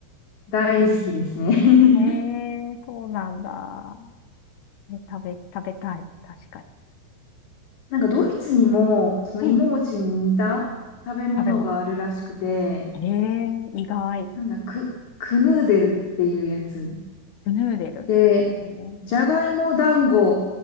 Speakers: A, on the left; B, on the left.
A: 大好きですね <laughs>
B: <laughs> えー、そうなんだ。え、食べ、食べたい。確かに。
A: なんかドイツにも、その芋餅に似た食べ物があるらしくて、
B: うん。食べ物。えー、意外。
A: なんだ、ク、クヌーデルっていうやつ。
B: クヌーデル。
A: で、
B: ね。
A: じゃがいも団子